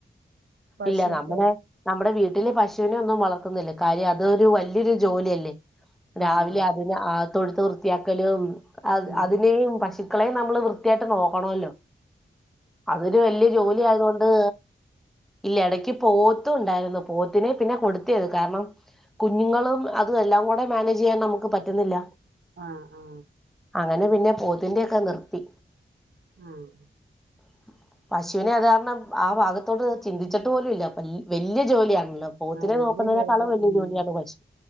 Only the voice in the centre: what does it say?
ഇല്ല നമ്മടെ നമ്മടെ വീട്ടില് പശൂനെ ഒന്നും വളർത്തുന്നില്ല കാര്യം അതൊരു വല്ല്യൊരു ജോലിയല്ലേ. രാവിലെ
അതിനെ ആഹ് തൊഴുത്ത് വൃത്തിയാക്കലും അത്
അതിനെയും പശുക്കളെയും ന നമ്മള് വൃത്തി ആയിട്ട് നോക്കണോല്ലോ അതൊരു വല്ല്യ ജോലി ആയത്കൊണ്ട്. ഇല്ല എടയ്ക്ക് പോത്തുണ്ടായിരുന്നു പോത്തിനെ പിന്നെ കൊടുത്തിയത് കാരണം. കുഞ്ഞുങ്ങളും അതും എല്ലാം കൂടെ മാനേജെയ്യാൻ നമുക്ക് പറ്റുന്നില്ല.
അങ്ങനെ പിന്നെ പോതിന്റെയൊക്കെ നിർത്തി.
<inaudible> പശുവിനെ അത് കാരണം ആ ഭാഗത്തോട് ചിന്തിച്ചിട്ട് പോലുല്ല വല്ല്യ ജോലിയ ഇല്ല പോത്തിനെ
നോക്കുന്നതിനേക്കാളും
വലിയ
ജോലിയാണ് പശു